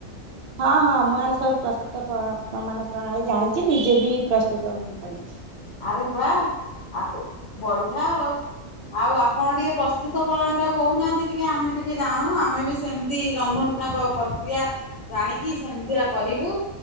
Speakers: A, on the right; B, on the left.
A: ହଁ ହଁ ମୁଁ ଆର ସବୁ ପ୍ରସ୍ତୁତ ମାନେ ପ୍ରଣାଳୀ ଜାଣିଛି ନିଜେ ବି ପ୍ରସ୍ତୁତ ମୁଁ କରିଛି।
B: ଆରେ ବା ଆ ବଢିଆ ଆଉ। ଆଉ ଆପଣ ଟିକେ ପ୍ରସ୍ତୁତ ପ୍ରଣାଳୀ ଟା ଆଉ କହୁନାହାନ୍ତି ଟିକେ ଆମେ ଟିକେ ଜାଣୁ ଆମେ ବି ସେମିତି ରନ୍ଧନ <unintelligible> ପ୍ରକ୍ରିୟା ଜାଣିକି ସେମିତିଆ କରିବୁ।